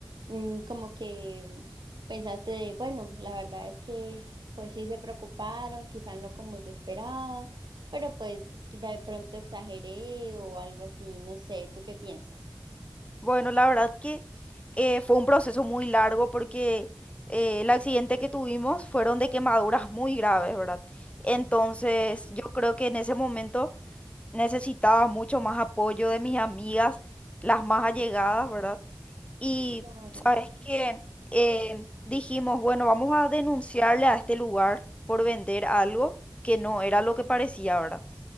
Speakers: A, on the right; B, on the left.
A: mm, como que pensaste de, bueno, la verdad es que pues sí se preocuparon, quizás no como yo esperaba pero pues que de pronto exageré o algo así, no sé, ¿tú qué piensas?
B: Bueno, la verdad que eh, fue un proceso muy largo porque eh, el accidente que tuvimos fueron de quemaduras muy graves, ¿verdad? Entonces, yo creo que en ese momento necesitaba mucho más apoyo de mis amigas, las más allegadas, ¿verdad? Y
A: Claro.
B: sabes que dijimos, bueno, vamos a denunciarle a este lugar por vender algo que no era lo que parecía, ¿verdad?